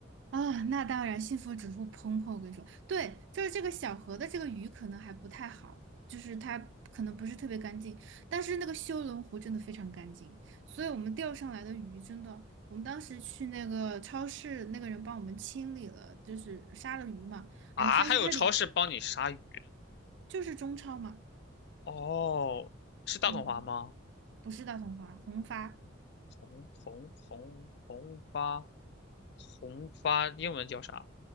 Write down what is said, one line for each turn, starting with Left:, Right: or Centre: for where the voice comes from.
Right: 啊，那当然，幸福指数砰砰！我跟你说，对，就是这个小河的这个鱼可能还不太好，就是它可能不是特别干净，但是那个修伦湖真的非常干净，所以我们钓上来的鱼真的，我们当时去那个超市，那个人帮我们清理了，就是杀了鱼嘛，
Left: 啊。
Right: 反正发现它里
Left: 还有超市帮你杀鱼，
Right: 就是中超嘛，
Left: 哦，是大统华吗？
Right: 嗯，不是大统华，红发，
Left: 红红红红发红发，英文叫啥？